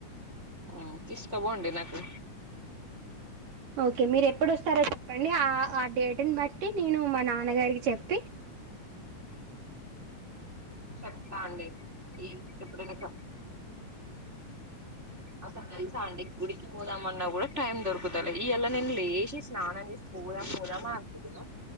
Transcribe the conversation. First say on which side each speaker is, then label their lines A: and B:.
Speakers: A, on the right (about 20°); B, on the right (about 90°).
A: మ్ తీసుకబోండి నాకు
B: ఓకే మీరు ఎప్పుడు వస్తారో చెప్పండి ఆ ఆ డేట్ ని బట్టి నేను మా నాన్నగారికి చెప్పి
A: చెప్తా అండి ఈ ఇప్పుడైన చెప్ అసల్ తెల్సా అండి గుడికి పోదాం అన్నా కూడా టైమ్ దొరుకుతాలే ఇయల నేను లేచి స్నానం చేసి పొ పోదాం పోదామా అనుకుంటున్నా